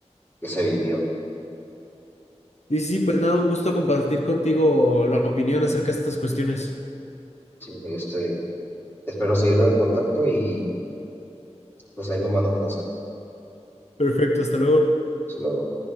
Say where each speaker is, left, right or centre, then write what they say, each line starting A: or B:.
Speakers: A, on the left (about 20°); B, on the left (about 70°).
A: que se vivió.
B: Y sí, pues nada, un gusto compartir contigo la opinión acerca de estas cuestiones.
A: Sí, este, espero seguirlo en contacto y pues ahí me mandas mensaje.
B: Perfecto, hasta luego.
A: Hasta luego.